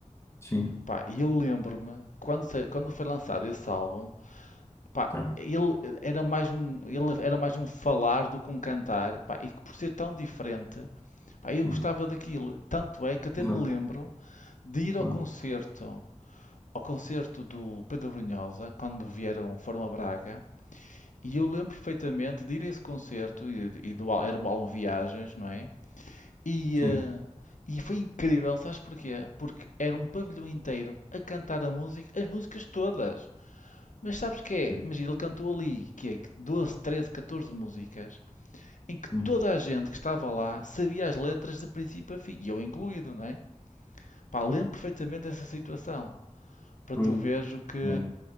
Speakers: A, on the left; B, on the left.
A: sim,
B: Pá, e eu lembro-me quando, sa- quando foi lançado esse álbum. Pá,
A: certo,
B: ele era mais um, ele era mais um falar do que um cantar, pá, e que por ser tão diferente, pá, eu
A: sim,
B: gostava daquilo. Tanto é que até
A: exato,
B: me lembro de ir ao
A: claro,
B: concerto, ao concerto do Pedro Brunhosa, quando vieram, foram a Braga, e eu lembro perfeitamente de ir a esse concerto, e, e do, al- era o álbum Viagens, não é? E,
A: sim,
B: eh, e foi incrível, sabes porquê? Porque era um pavilhão inteiro a cantar a música, as músicas todas. Mas sabes que é?
A: pois,
B: Mas ele cantou ali, que é que 12, 13, 14 músicas, em que
A: sim,
B: toda a gente que estava lá sabia as letras de princípio a fim, e eu incluído, não é? Pá, lembro perfeitamente dessa situação, para
A: pois,
B: tu veres o que...
A: é.